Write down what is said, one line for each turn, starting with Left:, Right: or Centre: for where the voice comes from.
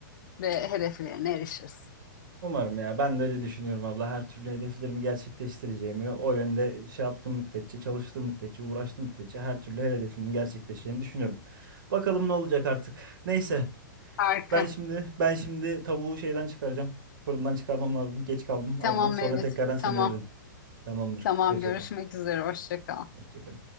Left: ve hedeflerine erişirsin.
Right: Umarım ya. Ben de öyle düşünüyorum abla. Her türlü hedeflerimi gerçekleştireceğimi, o yönde şey yaptığım müddetçe, çalıştığım müddetçe, uğraştığım müddetçe her türlü her hedefimi gerçekleşeceğini düşünüyorum. Bakalım ne olacak artık. Neyse.
Left: Harika.
Right: Ben şimdi ben şimdi tavuğu şeyden çıkaracağım. Fırından çıkarmam lazım. Geç kaldım
Left: Tamam
Right: abla. Sonra
Left: Mevlüt.
Right: tekrardan seni
Left: Tamam.
Right: ararım. Tamamdır.
Left: Tamam
Right: Hoşça
Left: görüşmek
Right: kal.
Left: üzere. Hoşça kal.
Right: Hoşça kal.